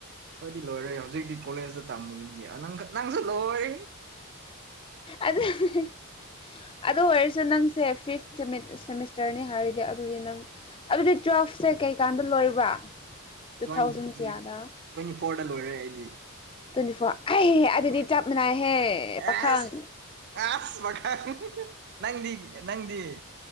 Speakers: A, on the right; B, on the left.
A: ꯈꯣꯏꯗꯤ ꯂꯣꯏꯔꯦ ꯍꯧꯖꯤꯛꯇꯤ ꯀꯣꯂꯦꯖꯇ ꯇꯝꯕꯒꯤꯅꯤ ꯅꯪ ꯅꯪꯁꯨ ꯂꯣꯏꯔꯦ
B: ꯑꯗꯨꯅꯦ ꯑꯗꯨ ꯑꯣꯏꯔꯁꯨ ꯅꯪꯁꯦ ꯐꯤꯞ ꯁꯦꯃꯤꯁꯇ꯭ꯔꯅꯤ ꯍꯥꯏꯔꯒ ꯑꯗꯨꯒꯤ ꯅꯪ ꯑꯗꯨꯗꯤ ꯇꯨꯋꯦꯜꯐꯁꯦ ꯀꯩꯀꯥꯟꯗ ꯂꯣꯏꯕ꯭ꯔꯥ ꯇꯨ
A: ꯇ꯭ꯋꯦꯟꯇꯤ
B: ꯊꯥꯎꯖꯟ ꯀꯌꯥꯗ
A: ꯇ꯭ꯋꯦꯟꯇꯤ ꯐꯣꯔꯗ ꯂꯣꯏꯔꯦ ꯑꯩꯗꯤ
B: ꯇ꯭ꯋꯦꯟꯇꯤ ꯐꯣꯔ ꯑꯩ ꯑꯗꯨꯗꯤ
A: ꯍꯣꯏ
B: ꯆꯞ ꯃꯥꯟꯅꯩꯍꯦ ꯄꯥꯈꯪ
A: ꯑꯦꯁ ꯑꯁ ꯄꯥꯈꯪ ꯅꯪꯗꯤ ꯅꯪꯗꯤ